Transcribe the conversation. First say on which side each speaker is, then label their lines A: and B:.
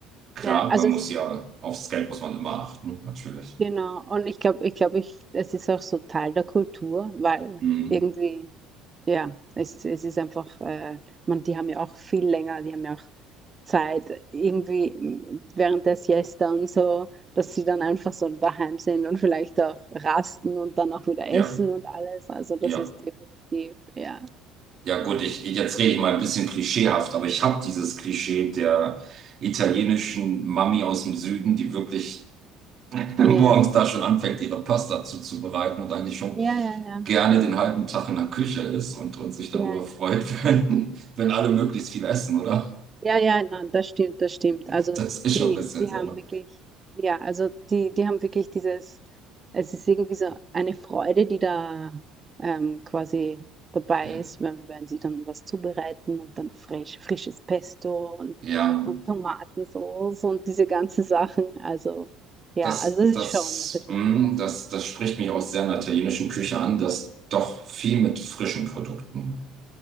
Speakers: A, on the right (about 45°); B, on the right (about 25°).
A: Klar,
B: Ja, also
A: man
B: es
A: muss
B: ist
A: ja, aufs Geld muss man immer achten, natürlich.
B: genau. Und ich glaube, ich glaube, ich, es ist auch so Teil der Kultur, weil
A: Mhm.
B: irgendwie, ja, es, es ist einfach, äh, man, die haben ja auch viel länger, die haben ja auch Zeit, irgendwie m, während der Siesta und so, dass sie dann einfach so daheim sind und vielleicht auch rasten und dann auch wieder
A: Ja,
B: essen und alles. Also das
A: ja.
B: ist definitiv, ja.
A: Ja, gut, ich, jetzt rede ich mal ein bisschen klischeehaft, aber ich habe dieses Klischee der italienischen Mami aus dem Süden, die wirklich <laughs> morgens
B: Ja,
A: da schon anfängt, ihre Pasta zuzubereiten und eigentlich schon
B: ja, ja, ja,
A: gerne den halben Tag in der Küche ist und, und sich darüber
B: ja, ja.
A: freut, <laughs> wenn, wenn alle möglichst viel essen, oder?
B: Ja, ja, na, das stimmt, das stimmt. Also
A: Das ist
B: die,
A: schon ein bisschen
B: die
A: so,
B: haben
A: ne?
B: wirklich, ja, also die, die haben wirklich dieses, es ist irgendwie so eine Freude, die da ähm, quasi dabei
A: Ja.
B: ist, wenn, wenn sie dann was zubereiten und dann frisch, frisches Pesto und,
A: Ja.
B: und Tomatensauce und diese ganzen Sachen. Also ja,
A: Das,
B: also das
A: das,
B: ist schon ein bisschen
A: mh,
B: anders.
A: das, das spricht mich aus sehr einer italienischen Küche an, dass doch viel mit frischen Produkten